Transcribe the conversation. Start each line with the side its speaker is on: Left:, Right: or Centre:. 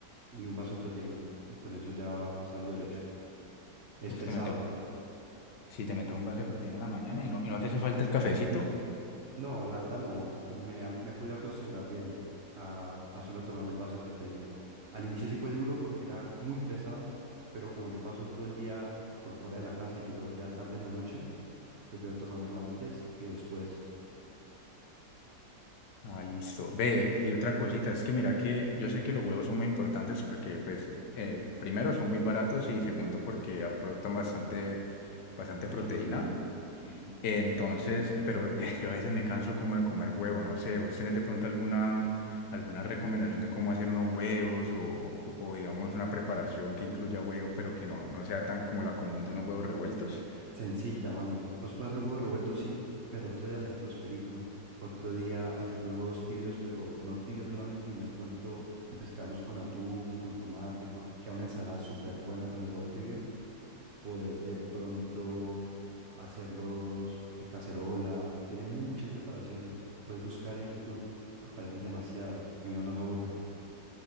Right: y un vaso de proteína. Y con eso ya salgo derecho. Es
Left: Usted
Right: pesado.
Left: Si te metes un vaso de proteína en la mañana y no, y no te hace falta el cafecito,
Right: No, la verdad no. Me, a- me pude acostumbrar bien a, a solo tomarme el vaso de proteína. Al inicio sí fue duro porque era muy pesado, pero como yo paso todo el día por fuera de la casa y llego ya tarde en la noche, prefiero tomármelo antes que después.
Left: ah, listo. Ve, y otra cosita, es que mira que yo sé que los huevos son muy importantes porque, pues, eh, primero son muy baratos y segundo porque aportan bastante, bastante
Right: Mucha
Left: proteína.
Right: proteína. Ujú.
Left: Entonces, eh, pero eh, yo a veces me canso como de comer huevo, no sé, ¿vos tenés de pronto alguna, alguna recomendación de cómo hacer unos huevos o, o co- o digamos una preparación que incluya huevo, pero que no, no sea tan como la común de unos huevos revueltos?
Right: Sencilla, mano. Pues puedo hacer huevos revueltos, sí, pero otro día hacértelos perico. Otro día hacer los huevos tibios, pero no tibios solamente, y no de pronto mezclarlos con atún, con tomate, con... queda una ensalada súper buena con el huevo tibio. Puedes de pronto hacerlos en cacerola. Tiene muchas preparaciones. Puedes buscar en YouTube, aparecen demasiadas y uno no se aburre.